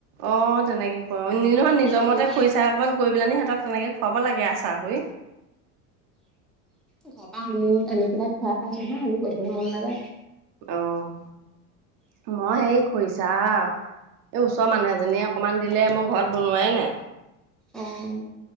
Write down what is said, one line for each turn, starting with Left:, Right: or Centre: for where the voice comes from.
Right: অ' তেনেকে ক নহয় নিজৰ
Centre: উম,
Right: মতে খৰি চাই অকনমান কৰি পেলাই নি সিহঁতক তেনেকে খুৱাব লাগে আচ কৰি।
Centre: ঘৰৰ পৰা আনি আনি পেলাই খোৱাৰ পাইছ নহয় আি কৈ থব মন নাযায়।
Right: আহ মই সেই খুইছা এই ওচৰৰ মানুহ এজনীয়ে অকমান দিলে মোৰ ঘৰত বনোৱাই নাই।
Centre: অ'।